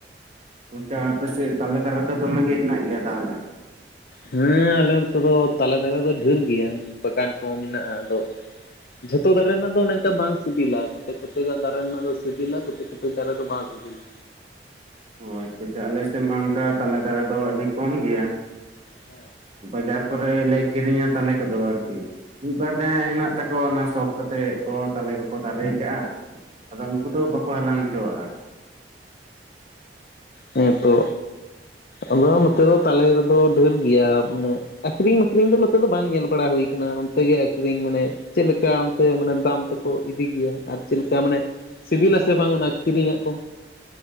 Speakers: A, on the right; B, on the left.
A: ᱜᱚᱝᱠᱮ ᱟᱯᱮᱥᱮᱫ ᱛᱟᱞᱮ ᱫᱟᱨᱮ ᱫᱚ ᱫᱚᱢᱮ ᱜᱮ ᱦᱮᱱᱟᱜ ᱜᱮᱭᱟ ᱛᱟᱦᱚᱞᱮ?
B: ᱦᱮᱸ ᱟᱞᱮ ᱱᱚᱛᱮ ᱫᱚ ᱛᱟᱞᱮ ᱫᱟᱨᱮ ᱫᱚ ᱰᱷᱮᱨ ᱜᱮᱭᱟ ᱾ ᱵᱟᱜᱟᱱ ᱠᱚ ᱢᱮᱱᱟᱜ-ᱟ ᱟᱫᱚ ᱡᱷᱚᱛᱚ ᱫᱟᱨᱮ ᱨᱮᱱᱟᱜ ᱫᱚ ᱚᱱᱮ ᱚᱝᱠᱟ ᱵᱟᱝ ᱥᱤᱵᱤᱞᱟ ᱠᱚᱛᱮᱠ ᱠᱚᱛᱮᱠ ᱫᱟᱨᱮ ᱨᱮᱱᱟᱜ ᱫᱚ ᱥᱤᱵᱤᱞᱟ ᱠᱚᱛᱮᱠ ᱠᱚᱛᱮᱠ ᱫᱟᱨᱮ ᱫᱚ ᱵᱟᱝ ᱥᱤᱵᱤᱞᱟ
A: ᱚ ᱟᱪᱪᱷᱟ ᱟᱪᱪᱷᱟ ᱟᱞᱮ ᱥᱮᱫ ᱢᱟ ᱚᱱᱠᱟ ᱛᱟᱞᱮ ᱫᱟᱨᱮ ᱫᱚ ᱟᱹᱰᱤ ᱠᱚᱢ ᱜᱮᱭᱟ ᱾
B: ᱦᱮᱸ
A: ᱵᱟᱡᱟᱨ ᱠᱚᱨᱮ ᱜᱮᱞᱮ ᱠᱤᱨᱤᱧᱟ ᱛᱟᱦᱟ ᱠᱚᱫᱚ ᱟᱨᱲᱛᱤ ᱢᱤᱫ ᱵᱟᱨ ᱡᱟᱦᱟᱭ ᱦᱮᱱᱟᱜ ᱛᱟᱠᱚ ᱚᱱᱟ ᱥᱚᱠ ᱠᱟᱛᱮᱫ ᱠᱚ ᱛᱟᱞᱮ ᱠᱚᱠᱚ ᱫᱟᱨᱮ ᱟᱠᱟᱜ-ᱟ ᱾ ᱟᱫᱚ ᱩᱱᱠᱩ ᱫᱚ ᱵᱟᱠᱚ ᱦᱟᱞᱟᱝ ᱦᱚᱪᱚᱣᱟᱜ-ᱟ ᱾
B: ᱚᱻ ᱦᱮᱸ ᱛᱚ ᱟᱫᱚ ᱱᱚᱛᱮ ᱫᱚ ᱛᱟᱞᱮ ᱨᱮᱫᱚ ᱰᱷᱮᱨ ᱜᱮᱭᱟ ᱩᱱᱟᱹᱜ ᱟᱠᱷᱨᱤᱧ ᱢᱟᱠᱨᱤᱧ ᱫᱚ ᱱᱚᱛᱮ ᱫᱚ ᱵᱟᱝ ᱧᱮᱞ ᱵᱟᱲᱟ ᱦᱩᱭ ᱠᱟᱱᱟ ᱚᱱᱛᱮ ᱜᱮ ᱟᱠᱷᱨᱤᱧ ᱢᱟᱱᱮ ᱪᱮᱫ ᱞᱮᱠᱟ ᱚᱱᱛᱮ ᱢᱟᱱᱮ ᱫᱟᱢ ᱛᱮᱠᱚ ᱤᱫᱤ ᱜᱮᱭᱟ ᱟᱨ ᱪᱮᱫ ᱞᱮᱠᱟ ᱢᱟᱱᱮ? ᱥᱤᱵᱤᱞ ᱟᱥᱮ ᱵᱟᱝ ᱚᱱᱟ ᱠᱤᱨᱤᱧᱟᱜ ᱠᱚ?